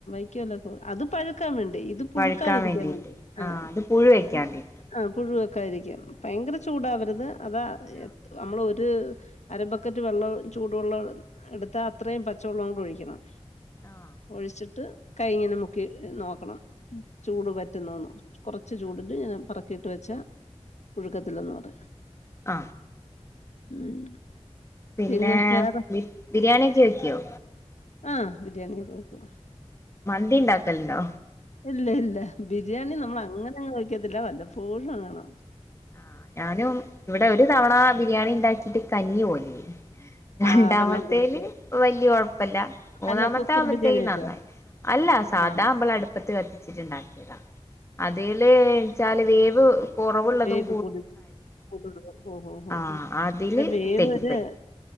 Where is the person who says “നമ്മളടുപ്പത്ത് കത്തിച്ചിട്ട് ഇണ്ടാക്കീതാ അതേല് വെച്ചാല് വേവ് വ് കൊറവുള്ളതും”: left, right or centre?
Left